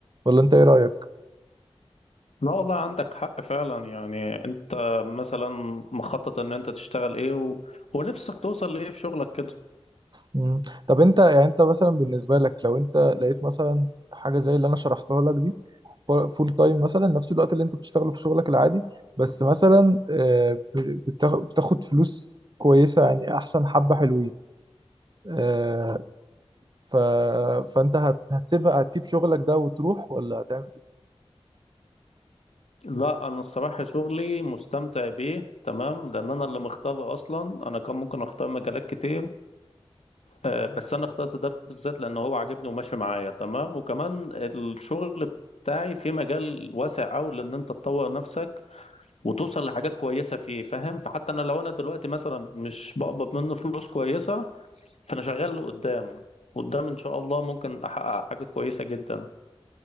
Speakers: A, on the right (about 45°); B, on the left (about 85°).
A: ولا انت ايه رايك
B: لا والله عندك حق فعلا يعني انت مثلا مخطط ان انت تشتغل ايه و... ونفسك توصل لايه في شغلك كده
A: مم. طب انت يعني انت مثلا بالنسبه لك لو انت لقيت مثلا حاجه زي اللي انا شرحتها لك دي فول تايم مثلا نفس الوقت اللي انت بتشتغله في شغلك العادي بس مثلا آه، ب- بتاخ- بتاخد فلوس كويسة يعني احسن حبة حلوين آه، ف... فانت هت- هتسيبها هتسيب شغلك ده وتروح ولا هتعمل ايه؟
B: لا انا الصراحة شغلي مستمتع بيه تمام لان انا اللي مختاره اصلا انا كان ممكن اختار مجالات كتير آه، بس انا اخترت ده بالذات لان هو عاجبني وماشي معايا تمام وكمان الشغل بتاعي في مجال واسع قوي لان انت تطور نفسك وتوصل لحاجات كويسه فيه فاهم فحتى انا لو انا دلوقتي مثلا مش بقبض منه فلوس كويسه فانا شغال لقدام قدام ان شاء الله ممكن احقق حاجه كويسه جدا